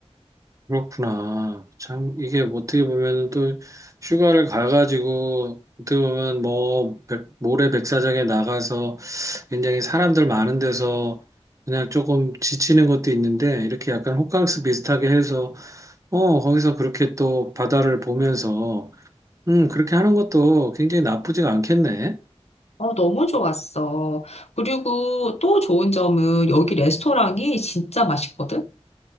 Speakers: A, on the right (about 30°); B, on the left (about 70°).
A: 그렇구나. 참, 이게 뭐 어떻게 보면 또 휴가를 가가지고, 어떻게 보면 뭐, 백- 모래 백사장에 나가서 굉장히 사람들 많은 데서 그냥 조금 지치는 것도 있는데 이렇게 약간 호캉스 비슷하게 해서 어 거기서 그렇게 또 바다를 보면서 음 그렇게 하는 것도 굉장히 나쁘지가 않겠네.
B: 어, 너무 좋았어. 그리고 또 좋은 점은 여기 레스토랑이 진짜 맛있거든?